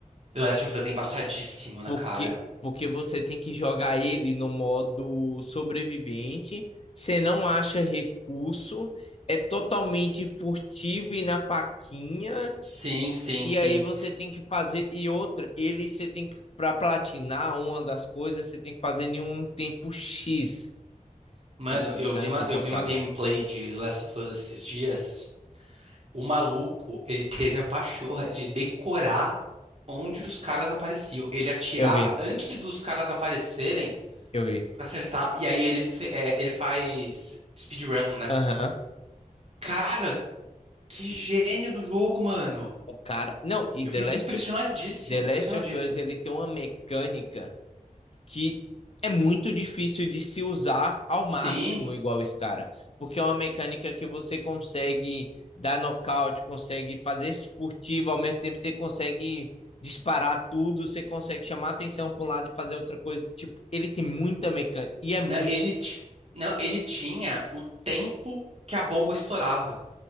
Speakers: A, on the right; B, on the left.
A: The Last of Us é embaçadíssimo na
B: Porque,
A: cara.
B: porque você tem que jogar ele no modo sobrevivente, você não acha recurso, é totalmente furtivo e na faquinha.
A: Sim, sim,
B: E
A: sim.
B: aí você tem que fazer e outra, ele você tem que para platinar uma das coisas, você tem que fazer em um tempo X,
A: Mano,
B: que fica
A: eu vi
B: insuportável.
A: uma, eu vi uma gameplay de Last of Us esses dias. O maluco, ele teve a pachorra de decorar onde os caras apareciam. Ele atirava
B: Eu vi,
A: antes dos caras aparecerem
B: eu vi.
A: pra acertar. E aí ele, fe- é, ele faz speedrun, né?
B: Aham.
A: Cara, que gênio do jogo, mano.
B: O cara, não, e
A: Eu
B: The
A: fiquei
B: Last,
A: impressionadíssimo,
B: The Last
A: impressionadíssimo.
B: of Us ele tem uma mecânica que é muito difícil de se usar ao máximo
A: Sim.
B: igual esse cara, porque é uma mecânica que você consegue dar nocaute, consegue fazer furtivo, ao mesmo tempo você consegue disparar tudo, você consegue chamar atenção para um lado e fazer outra coisa. Tipo, ele tem muita mecânica e é muito
A: Não, ele, ti- não, ele tinha o tempo que a bomba estourava.